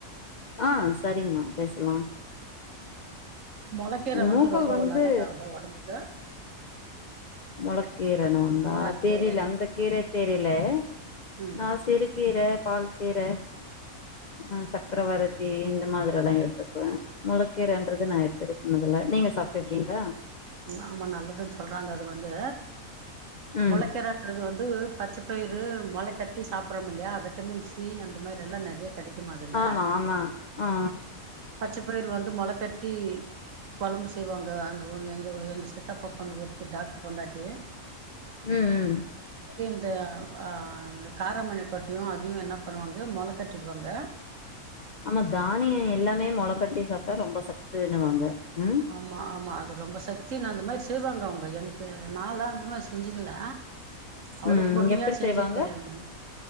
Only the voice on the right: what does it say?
மொளக்கீரை வந்து
ரொம்ப
நல்லதாங்க உடம்புக்கு
மொளக்கீரை
ம்
ஆமா நல்லதுன்னு சொல்றாங்க அது வந்து
முளைக்கீர ன்றது வந்து பச்சப்பயிறு மொளை கட்டி சாப்படுறோம் இல்லையா விட்டமின் சி அந்த மாதிரி எல்லா நெறையா கெடைக் குமா அதுல
பச்ச பயிர் வந்து மொள கட்டி குழம்பு செய்வாங்க அங்க இவங்க ஓ எங்க சித்தப்ப பொண்ணு ஒருத்தி டாக்டர் பொண்டாட்டி
அது இந்த அ இந்த காரமணி கொட்டும் அதையு என்ன பண்ணுவாங்க மொள கட்டிடுவாங்க
ஆமா ஆமா அது ரொம்ப சக்தின்னு அந்த மாரி செய்வாங்க அவங்க எனக்கு நாயெல்லா அந்த மாரி செஞ்சதுல்ல அவ்ளோ
பொறுமையா
செஞ்சது
கிடையாது நானு